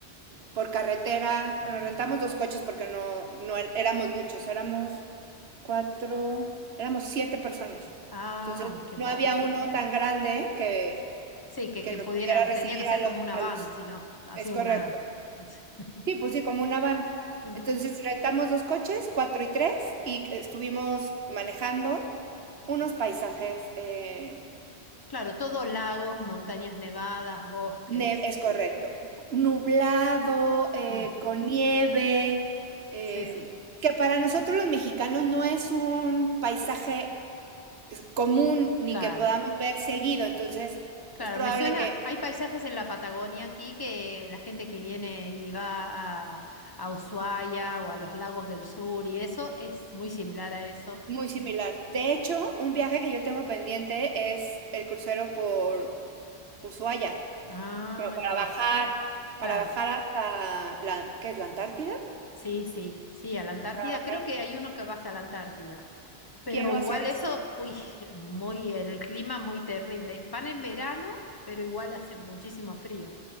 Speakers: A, on the right; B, on the left.
A: por carretera. Bueno, rentamos dos coches porque no, no er- éramos muchos, éramos cuatro, éramos siete personas.
B: Ah,
A: Entonces
B: qué
A: no
B: bueno.
A: había uno tan grande que,
B: Sí, que,
A: que
B: que
A: nos
B: pudieran,
A: pudiera recibir
B: tenía que ser
A: a los,
B: como una
A: a
B: van,
A: los...
B: si no, así
A: Es correcto.
B: una, no sé. <laughs>
A: Sí, pues sí, como una van.
B: Ujú.
A: Entonces rentamos dos coches, cuatro y tres, y estuvimos manejando unos paisajes eh,
B: Claro, todo lagos, montañas nevadas, bosques.
A: Ne- es correcto. Nublado, eh,
B: Mm,
A: con nieve, eh,
B: sí, sí,
A: que para nosotros los mexicanos no es un paisaje es, común ni
B: claro.
A: que podamos ver seguido, entonces
B: Claro,
A: es probable
B: me suena,
A: que
B: hay paisajes en la Patagonia aquí que la gente que viene y va a, a Ushuaia o a los lagos del sur y eso es muy similar a eso.
A: muy similar. De hecho, un viaje que yo tengo pendiente es el crucero por Ushuaia,
B: Ah,
A: bueno, para
B: y todo.
A: bajar, para
B: Claro.
A: bajar hasta la, ¿qué es la Antártida?
B: Sí, sí, sí, a la Antártida.
A: Para bajar,
B: Creo que hay uno que va hasta la Antártida. Pero
A: quiero
B: igual
A: hacer
B: eso,
A: eso.
B: uy, <laughs> muy, el clima muy terrible. Van en verano, pero igual hace muchísimo frío.